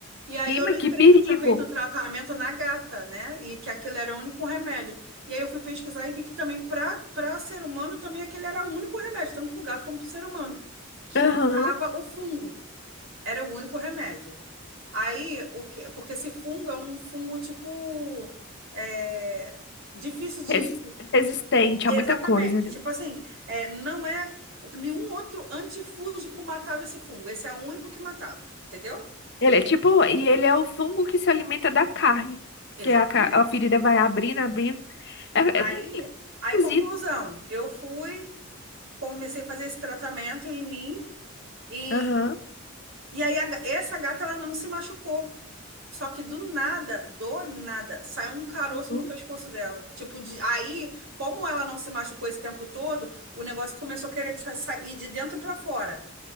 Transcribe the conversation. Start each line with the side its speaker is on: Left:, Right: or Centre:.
Right: E aí
Left: prima,
Right: eu lembrei
Left: que perigo.
Right: que eu tinha feito o tratamento na gata, né? E que aquele era o único remédio. E aí eu fui pesquisar e vi que também para para ser humano também aquele era o único remédio, tanto para o gato como para o ser humano, que matava
Left: Aham.
Right: o fungo. Era o único remédio. Aí, o que, porque esse fungo é um fungo tipo é, difícil de.
Left: Resi- Resistente
Right: Exatamente.
Left: a muita coisa, né?
Right: Tipo assim, é, não é. Nenhum outro antifúngico matava esse fungo. Esse é o único que matava, entendeu?
Left: Ele é tipo, e ele é o fungo que se alimenta da carne,
Right: Exatamente.
Left: que é a, ca- a ferida vai abrindo, abrindo. É,
Right: Aí,
Left: é menina,
Right: aí,
Left: esquisito.
Right: conclusão, eu fui, comecei a fazer esse tratamento em mim e,
Left: Aham.
Right: e aí a ga- essa gata ela não se machucou. Só que do nada, do nada, saiu um caroço
Left: Uhum.
Right: no pescoço dela. Tipo, de, aí, como ela não se machucou esse tempo todo, o negócio começou a querer sa- sair de dentro pra fora.